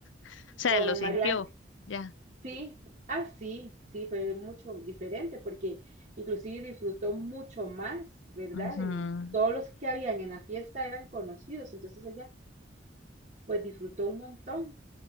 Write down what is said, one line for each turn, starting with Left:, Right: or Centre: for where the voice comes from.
Left: O sea,
Right: Con
Left: lo sintió,
Right: Ah, Mariana,
Left: ya.
Right: sí, ah, sí, sí, fue mucho diferente porque inclusive disfrutó mucho más, ¿verdad?
Left: Ujú,
Right: Y todos los que habían en la fiesta eran conocidos, entonces ella pues disfrutó un montón.